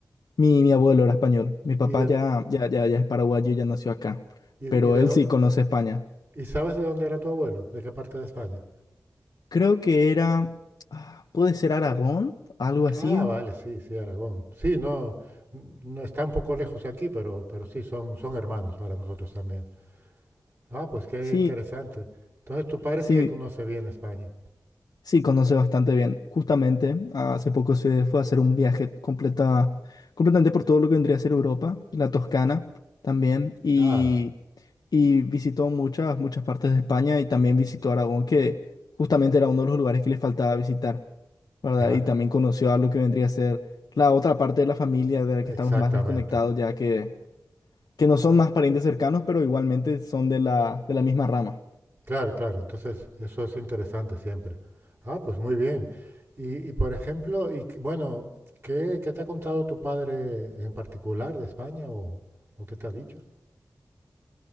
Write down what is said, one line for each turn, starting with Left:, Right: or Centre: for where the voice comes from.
Left: Mi, mi abuelo era español, mi papá
Right: ¿Y de,
Left: ya, ya, ya, ya es paraguayo y ya nació acá,
Right: y, de-
Left: pero
Right: y de
Left: él
Right: dó-
Left: sí conoce España.
Right: y sabes de dónde era tu abuelo? ¿De qué parte de España?
Left: Creo que era, ah, puede ser Aragón, algo así.
Right: Ah, vale, sí, sí, Aragón. Sí, no, no está un poco lejos de aquí, pero, pero sí, son, son hermanos para nosotros también. Ah, pues qué
Left: Sí,
Right: interesante. Entonces tu padre
Left: sí,
Right: sí que conoce bien España.
Left: sí, conoce bastante bien. Justamente, hace poco se fue a hacer un viaje completa, completamente por todo lo que vendría a ser Europa, la Toscana también, y,
Right: Ah,
Left: y visitó muchas, muchas partes de España y también visitó Aragón, que justamente era uno de los lugares que le faltaba visitar, ¿verdad?
Right: ya,
Left: Y también
Right: c-
Left: conoció a lo que vendría a ser la otra parte de la familia de la que estamos
Right: exactamente.
Left: más desconectados, ya que que no son más parientes cercanos, pero igualmente son de la, de la misma rama.
Right: Claro, claro. Entonces, eso es interesante siempre. Ah, pues muy bien. Y, y, por ejemplo, y, que- bueno, ¿qué, qué te ha contado tu padre en particular de España o, o qué te ha dicho?